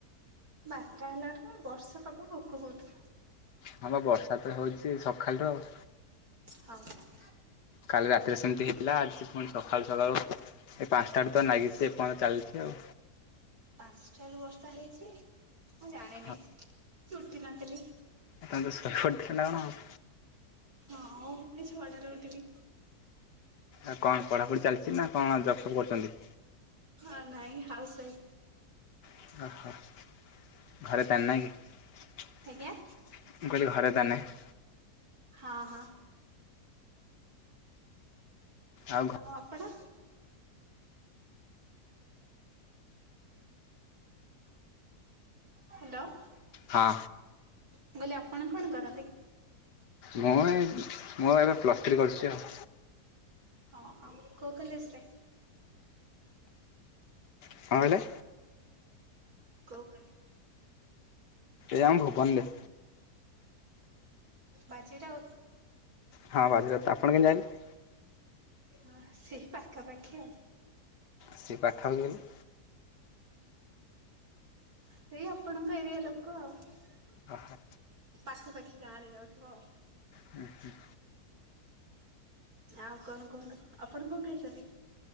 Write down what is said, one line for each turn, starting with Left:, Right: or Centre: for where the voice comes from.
Right: ବାରଟା ହେଲାର ତ ବର୍ଷା ପାଗ ଭୋକ ବହୁତ।
Left: ହଁମ ବର୍ଷା ତ ହଉଛି ସକାଳ ରୁ ଆଉ।
Right: ହଁପା।
Left: କାଲି ରାତିରେ ସେମିତି ହେଇଥିଲା ଆଜି ପୁଣି ସଖାଳୁ ସଖାଳୁ ଏ ପାଞ୍ଚଟାଠୁ ତ ନାଗିଛି ଏ ପଯ୍ୟନ୍ତ ଚାଲିଛି ଆଉ।
Right: ପାଞ୍ଚଟାରୁୁ ବର୍ଷା ହେଇଛି ମୁଁ ଜାଣିନି
Left: ହଁ
Right: ଉଠି ନଥିଲି।
Left: ଏ ତ ଶୋଇପଡ଼ିଥିଲେ ନା କଣ?
Right: ହଁ ହଉ ମୁଁ ଏଇ ଛ ଟାରେ ଉଠିଲି।
Left: ଆଉ କଣ ପଢ଼ାପଢ଼ି ଚାଲିଛି ନା କଣ ଜବଫବ କରୁଛନ୍ତି?
Right: ହଁ ନାଇଁ ହାଉସ ୱାଇଫ।
Left: <unintelligible>
Right: ଆଜ୍ଞା।
Left: <unintelligible>
Right: ହଁ ହଁ।
Left: ଆଉ ଘ
Right: ଆଉ ଆପଣ? ହ୍ୟାଲୋ।
Left: ହଁ।
Right: ମୁଁ କହିଲି ଆପଣ କଣ କରନ୍ତି?
Left: ମୁଁ ଏଇ ମୁଁ ଏବେ ପ୍ଲସ ଥ୍ରୀ କରିଛି ଆଉ।
Right: ହଁ ହଁ କୋଉ କଲେଜରେ?
Left: କଣ କହିଲେ?
Right: କୋଉ କଲେଜ?
Left: ଏଇ ଆମ ଭୁବନରେ।
Right: ବାଜିରାଉତ୍?
Left: ହଁ ବାଜିରାଉତ୍ ଆପଣ କେମିତି ଜାଣିଲେ?
Right: ହଁ ସେଇ ପାଖାପାଖି ଆଉ।
Left: ସେ ପାଖାପାଖି ମାନେ?
Right: ସେଇ ଆପଣଙ୍କ ଏରିଆ ଲୋକ ଆଉ।
Left: ଓହୋ।
Right: ପାଖପାଖି ଗାଁ ରେ ଯାଉଥିବ ଆଉ।
Left: ହୁଁ ହୁଁ।
Right: ଆଉ କଣ କୁହନ୍ତୁ ଆପଣ କଣ ଖାଇଛନ୍ତି?